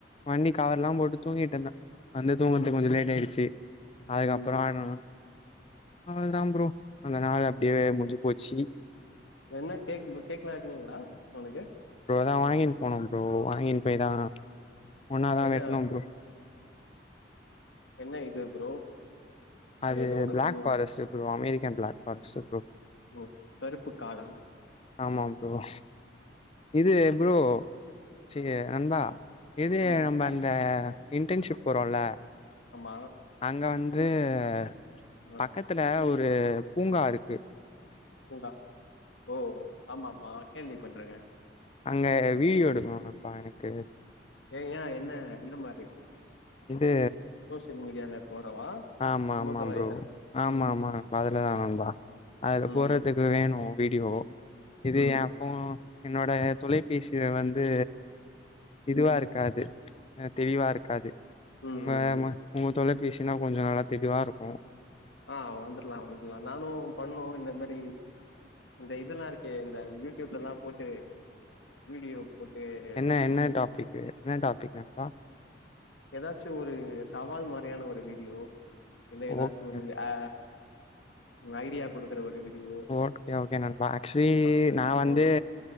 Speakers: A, on the left (about 30°); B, on the left (about 80°).
A: வண்டி கவறெல்லாம் போட்டு தூங்கிட்டு இருந்தேன் வந்து தூங்குர்த்துக்கு
B: ம்
A: கொஞ்சொ லேட் ஆயிச்சு அதுக்கப்பறம்
B: ம்
A: ஆயிணும் அவளோதான் ப்ரோ அந்த நாள் அப்டியே முடிஞ்சு போச்சி
B: என்ன கேக் கேக்லாம் வெட்னீங்களா அவனுக்கு
A: நா வாங்கினு போனே ப்ரோ வாங்கினு போய்தா ஒன்னாதா
B: என்ன
A: வெட்ணும் ப்ரோ
B: என்ன இது ப்ரோ
A: அது
B: எதோ ஒன்னு
A: பிளாக்
B: சொல்லுவானே
A: forest bro அமெரிக் ரிக்க black forest bro
B: ஓ கருப்பு காடா
A: ஆமாம் ஓ இது ப்ரோ
B: அ,
A: செரி நண்பா இது
B: ம்
A: நம்ம அந்த இன்டென்ஷிப் போறோல
B: ஆமா
A: அங்க வந்து ச்ச்
B: ஆ
A: பக்கத்துல ஒ ரு பூங்கா இருக்கு
B: பூங்கா ஒ ஒ ஒ ஆமா ஆமா கேள்வி பட்ருக்க
A: அங்க வீடியோ எடுக்னு நண்பா எனக்கு
B: ஏ ஏன் என்ன என்ன மாரி இது
A: இது
B: சோசியல் மீடியால போடவா?
A: ஆமா
B: சமூக
A: ஆமா
B: வலைதளம்
A: ப்ரோ ஆமா
B: ம்
A: ஆமா நண்பா அதுலதா நண்பா, அதுல
B: ம்
A: போறதுக்கு வேணு வீடியோ இது
B: ம் ம்
A: ஏ ஃபோ என்னோட தொலைபேசில வந்து இதுவா
B: ம்
A: இருக்காது ச்ச் அ தெளிவா இருக்காது
B: ம்
A: உங்க
B: ம் ம்
A: உக தொலை <unintelligible> கொஞ்ச நல்லா தெளிவாருக்கோ
B: ஆ வந்தர்லா வந்தலா, நானு பண்ணு இந்தமேரி இந்த இதலா இருக்கே இந்த யூடியூப்லலா போட்டு வீடியோ போட்டு எ
A: என்ன என்ன
B: ஒரு
A: டாபிக்கு
B: மாரி
A: என்ன டாபிக் நண்பா
B: எதாச்சு ஒரு சவால் மாரி வேணு ஒரு வீடியோ இல்ல எதா
A: ஓகே
B: ஒரு அ ஒரு ஐடியா குடுக்குற ஒரு வீடியோ
A: ஓகே ஓகே நண்பா ஆக்சுவலி
B: அந்த மாரிலா
A: நா வந்து
B: போடணு